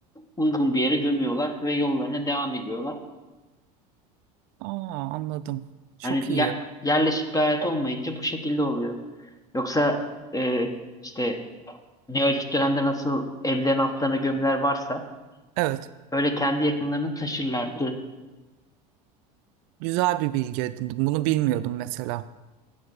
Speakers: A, on the left; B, on the right.
A: uygun bir yere gömüyorlar ve yollarına devam ediyorlar.
B: Aa, anladım. Çok
A: Hani
B: iyi.
A: ya- yerleşik bir hayat olmayınca bu şekilde oluyor. Yoksa e, işte Neolitik dönemde nasıl evlerin altlarına gömüler varsa
B: Evet.
A: Böyle kendi yakınlarını taşırlardı.
B: Güzel bir bilgi edindim. Bunu bilmiyordum mesela.